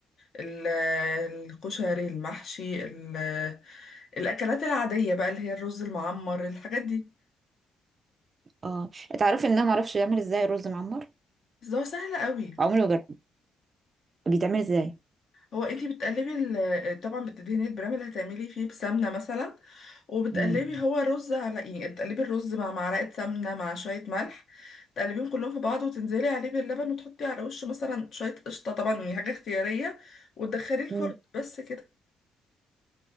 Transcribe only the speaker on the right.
اه تعرفي ان انا معرفش اعمل ازاي رز معمر
عمري ما جربت بيتعمل ازاي
مم.
مم.